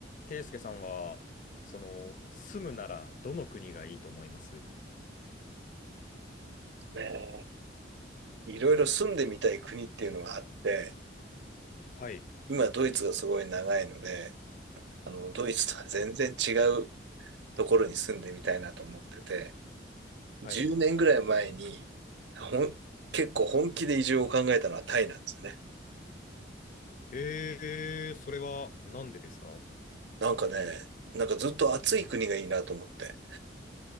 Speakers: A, on the left; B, on the right.
A: ケイスケさんは、その、住むならどの国がいいと思います
B: ねえ、いろいろ住んでみたい国っていうのはあって、
A: はい。
B: 今ドイツがすごい長いので、あの、ドイツとは全然違う
A: はい。
B: ところに住んでみたいなと思ってて、
A: はい。
B: 10年ぐらい前に、ほん、結構本気で移住を考えたのはタイなんですよね。
A: えー、それはなんでですか
B: なんかね、なんかずっと暑い国がいいなと思って。